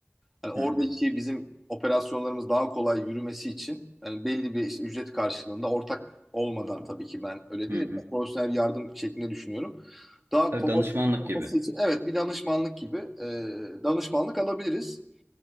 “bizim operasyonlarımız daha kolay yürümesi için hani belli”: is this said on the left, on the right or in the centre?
Centre